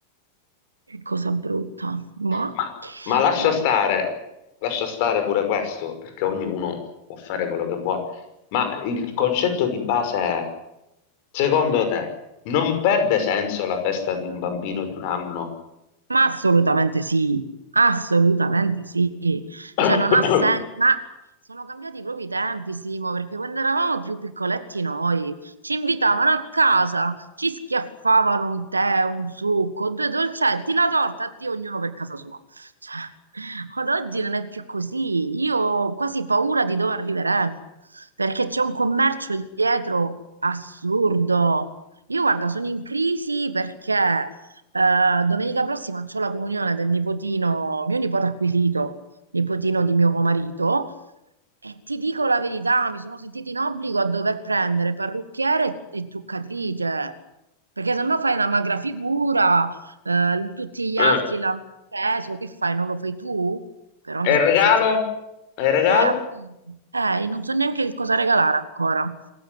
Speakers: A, on the right; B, on the left.
A: Che cosa brutta. Ma...
B: Ma, ma lascia
A: mm,
B: stare, lascia stare pure questo, perché ognuno può fare quello che vuole. Ma il concetto di base è, secondo te, non perde senso la festa di un bambino di un anno?
A: Ma assolutamente sì, assolutamente sì.
B: <coughs>
A: Cioè non ha senso, ma sono cambiati i propri tempi, Simo, perché quando eravamo più piccoletti noi ci invitavano a casa, ci schiaffavano un tè, un succo, due dolcetti, la torta, addio, ognuno per casa sua. Cioè, ad oggi non è più così. Io ho quasi paura di dove arriveremo, perché c'è un commercio dietro assurdo. Io guarda, sono in crisi perché eh, domenica prossima c'ho la comunione del nipotino, mio nipote acquisito, nipotino di mio marito, e ti dico la verità, mi sono sentita in obbligo a dover prendere parrucchiere e truccatrice, perché se no fai una magra figura, eh, tutti gli
B: Eh,
A: altri l'hanno preso, che fai? Non lo fai tu? Però mi
B: E
A: sembra
B: il regalo?
A: esagerato.
B: E il regalo?
A: Eh, appunto, eh, non so neanche che cosa regalare ancora.